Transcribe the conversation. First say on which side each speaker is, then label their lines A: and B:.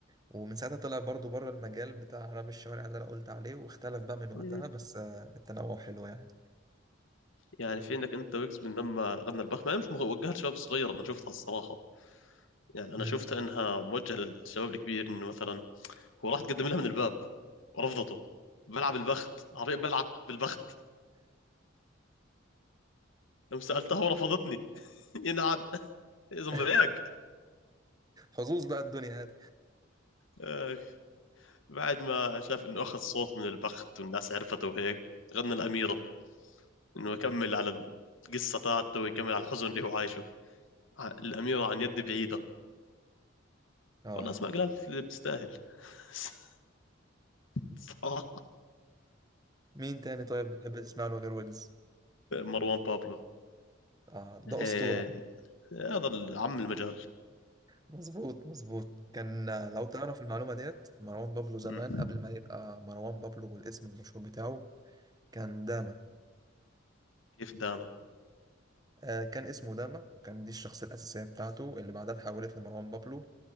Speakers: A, on the right; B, on the left.
A: ومن ساعتها طلع برضو بره المجال بتاع راب الشوارع اللي انا قلت عليه واختلف بقى من وقتها
B: مم.
A: بس آه، التنوع حلو يعني
B: يعني في عندك انت ويجز من لما غنى البخت ما مش وجهها لشباب صغير انا شفتها الصراحة يعني انا
A: مم.
B: شفت انها موجهه للشباب الكبير انه مثلا هو راح تقدم لها من الباب ورفضته بلعب البخت عربية بلعب بالبخت لما سألتها ورفضتني <laughs> ينعاد يا زنبرياك
A: <laughs> حظوظ بقى الدنيا هذه
B: آه، بعد ما شاف انه اخذ صوت من البخت والناس عرفته وهيك غنى الأميرة انه يكمل على القصة تاعته ويكمل على الحزن اللي هو عايشه ع- الأميرة عن يد بعيدة
A: اه
B: والله اسمع قالت اللي بتستاهل <laughs> صراحة
A: مين تاني طيب بتحب تسمع له غير ويجز
B: مروان بابلو
A: آه ده
B: آه،
A: اسطوره
B: هذا العم المجال
A: مظبوط مظبوط كان لو تعرف المعلومة ديت مروان بابلو زمان
B: مم.
A: قبل ما يبقى مروان بابلو بالاسم المشهور بتاعه كان
B: مم.
A: داما
B: كيف داما
A: آه كان اسمه داما وكان دي الشخصية الأساسية بتاعته اللي بعدها اتحولت لمروان بابلو